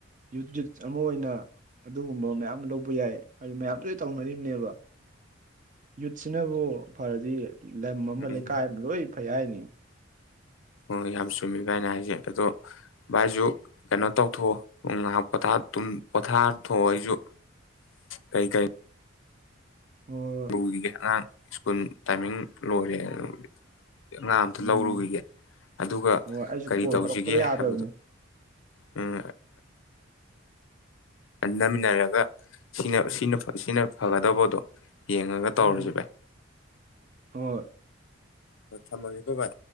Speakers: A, on the right; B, on the left.
A: ꯌꯨꯠ ꯌꯨꯠ ꯑꯃ ꯑꯣꯏꯅ ꯑꯗꯨꯒꯨꯝꯕ ꯃꯌꯥꯝ ꯂꯧꯕ ꯌꯥꯏ ꯍꯥꯏꯗꯤ ꯃꯌꯥꯝꯁꯨ ꯂꯣꯢ ꯇꯧꯅꯔꯤꯝꯅꯦꯕ ꯌꯨꯠꯁꯤꯅꯕꯨ ꯐꯔꯗꯤ ꯂꯝ ꯑꯃ
B: ꯎꯝ
A: ꯂꯩꯀꯥꯏ ꯑꯃ ꯂꯣꯏ ꯐꯩ ꯍꯥꯏꯅꯦ
B: ꯍꯣꯏ ꯌꯥꯝ ꯆꯨꯝꯃꯤ ꯚꯥꯏꯅ ꯍꯥꯏꯁꯦ ꯑꯗꯣ ꯚꯥꯏꯁꯨ ꯀꯩꯅꯣ ꯇꯧꯊꯣꯛꯑꯣ ꯑꯝ ꯉꯥꯏꯍꯥꯛ ꯄꯣꯊꯥ ꯇꯨꯝ ꯄꯣꯊꯥꯊꯣꯛꯑꯣ ꯑꯩꯁꯨ ꯀꯩ ꯀꯩ
A: ꯍꯣꯏ ꯍꯣꯏ
B: ꯔꯨꯈꯤꯒꯦ ꯑꯉꯥꯡ ꯁ꯭ꯀꯨꯜ ꯇꯥꯏꯃꯤꯡ ꯂꯣꯏꯔꯦ ꯑꯗꯨ ꯑꯉꯥꯡ ꯑꯝꯇ
A: ꯎꯝ
B: ꯂꯧꯔꯨꯈꯤꯒꯦ ꯑꯗꯨꯒ
A: ꯍꯣꯏ ꯑꯩꯁꯨ
B: ꯀꯔꯤ
A: ꯀꯣꯜ
B: ꯇꯧꯁꯤꯒꯦ
A: ꯇꯧꯔꯛꯄꯗ ꯌꯥꯗ꯭ꯔꯕꯅꯦ
B: ꯍꯥꯏꯕꯗꯣ ꯎꯝ ꯈꯟꯊꯃꯤꯟꯅꯔꯒ ꯁꯤꯅ ꯁꯤꯅ ꯁꯤꯅ ꯐꯒꯗꯧꯕꯗꯣ ꯌꯦꯡꯉꯒ ꯇꯧꯔꯁꯤ
A: ꯎꯝ
B: ꯚꯥꯏ
A: ꯍꯣꯏ
B: ꯑꯣ ꯊꯝꯃꯒꯦꯀꯣ ꯚꯥꯢ